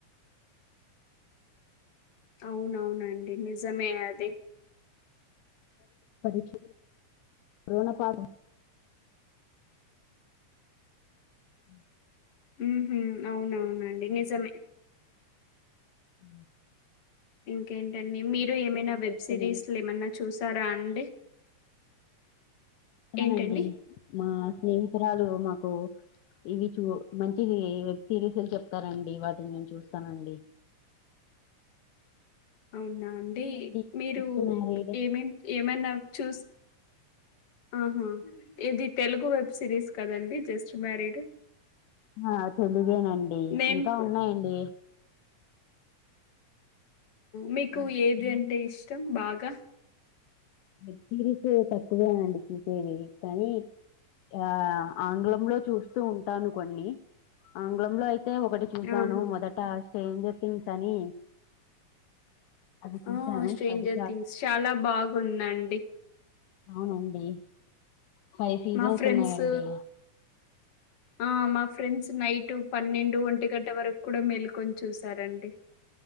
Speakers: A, on the left (about 50°); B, on the left (about 80°).
A: అ అవునవునండి నిజమే అది
B: పరిక్ష రోనా పాపం ఉం
A: ఉహు అవునవునండి నిజమే
B: ఉ
A: ఇంకేంటండి మీరు ఏమైనా
B: అంటే
A: వెబ్
B: ఇష్టమేనా
A: సిరీస్ ల్ ఏమైన్నా చూస్ స్తారా అండి ఏంటండి
B: నండి మా స్నేహితురాలు మాకు ఇవి చూ మంచి వెబ్ సిరీస్లు చెప్తారండి వాటిని నేను చూస్తానండి
A: అవునా అండి
B: నండి
A: మీరు
B: జస్ట్ మ్యారీడ్
A: ఏమేం ఏమన్నా చూస్ ఆహా ఇది తెలుగు వెబ్ సిరీస్ కదండి జస్ట్ మ్యారీడ్
B: ఆ తెలుగేనండి
A: నేను
B: ఇంకా
A: కు
B: ఉన్నాయండి
A: మీకు
B: వాటి
A: ఏది
B: పేర్లు.
A: అంటే ఇష్టం బాగా
B: వెబ్ సిరిస్ తక్కువేనండి చూసేది కానీ ఆ ఆంగ్లంలో చూస్తూ ఉంటాను కొన్ని ఆంగ్లంలో అయితే ఒకటి చూశాను
A: ఆహా
B: మొదట స్టెంజర్ థింగ్స్ అని అది చూసాను
A: ఆ స్టేంజర్
B: అది
A: థింగ్స్ చాలా బాగుందండి
B: అవునండి ఫైవ్ సీజన్స్
A: మా ఫ్రెండ్స్
B: ఉన్నాయండి
A: ఆ మా ఫ్రెండ్స్ నైట్ పన్నెండు ఒంటి గంట వరకు కూడా మేల్కొని చూసారండి